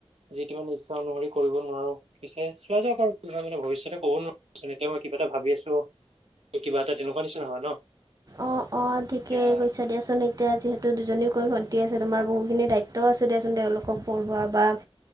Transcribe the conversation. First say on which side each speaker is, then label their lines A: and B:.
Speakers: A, on the right; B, on the right.
A: যি টি মানে ইচ্ছা অনুসৰি কৰিব নোৱাৰো। পিছে চোৱা যাওক আৰু কি হয় মানে ভৱিষ্যতে ক'ব নোৱাৰোচোন এতিয়া মই কিবা এটা ভাবি আছো কিবা এটা তেনেকুৱা নিচিনা হয় ন?
B: অ অ ঠিকে
A: এতিয়া
B: কৈছা দিয়াচোন এতিয়া যিহেতু দুজনীকৈ ভণ্টী আছে তোমাৰ বহুখিনি দায়িত্ব আছে দিয়াচোন তেওঁলোকক পঢ়োৱা বা আ